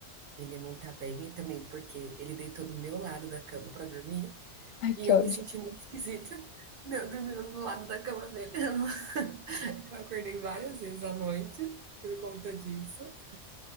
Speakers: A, on the right (about 60°); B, on the left (about 75°).
A: ele não estar bem e também porque ele deitou do meu lado da cama para dormir,
B: Ai,
A: e
B: que
A: eu me
B: ódio.
A: senti muito esquisita, eu dormindo do lado da cama dele. Eu não eu acordei várias vezes à noite por conta disso,